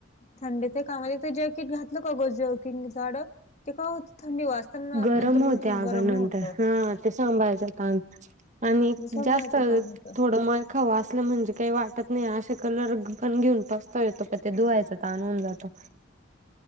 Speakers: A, on the left; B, on the right.
A: थंडीच्या कामामध्ये ते जॅकेट घातलं का ग जरकिंग जाड ते काय होत थंडी वाचताना
B: गरम
A: नंतर
B: होते
A: नंतर
B: अगं
A: गरम
B: नंतर
A: होत.
B: हा ते सांभाळायचं आणि
A: समजायचं
B: जास्त
A: ताण होतं
B: थोडं म.. खव असलं म्हणजे काही वाटत नाही असे कलर पण घेऊन पाचतावा येतो पण ते धुवायच ताण होऊन जातो.